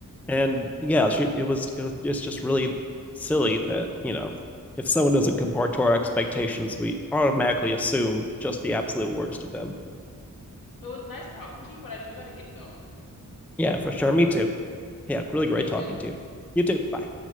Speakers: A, in the centre; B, on the left.
A: and yeah, she it was it was it's just really silly that you know if someone doesn't comport to our expectations, we automatically assume just the absolute worst of them.
B: It was nice talking to you, but I do gotta get going.
A: Yeah, for sure. Me too. Yeah, really
B: Have
A: great
B: a nice
A: talking
B: day.
A: to you. You too. Bye.